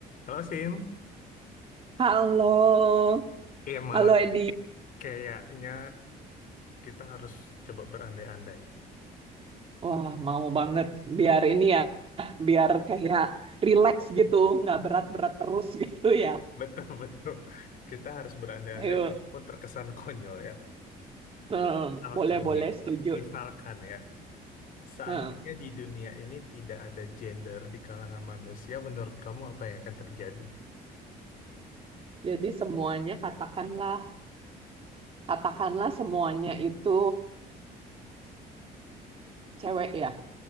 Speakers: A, on the left; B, on the right.
A: Halo Sin,
B: Halo,
A: eh malam
B: halo Edi.
A: kayaknya kita harus coba berandai-andai.
B: Wah, mau banget biar ini ya, biar kayak relax gitu, nggak berat-berat terus <laughs> gitu
A: <laughs>
B: ya.
A: Betul, betul. Kita harus berandai-andai
B: Ayo,
A: pun terkesan konyol ya.
B: Hmm,
A: Misalkan
B: boleh-boleh
A: nih,
B: setuju.
A: misalkan ya, seandainya
B: Hmm,
A: di dunia ini tidak ada gender di kalangan manusia, menurut kamu apa yang akan terjadi?
B: Jadi semuanya katakanlah, katakanlah semuanya itu cewek ya.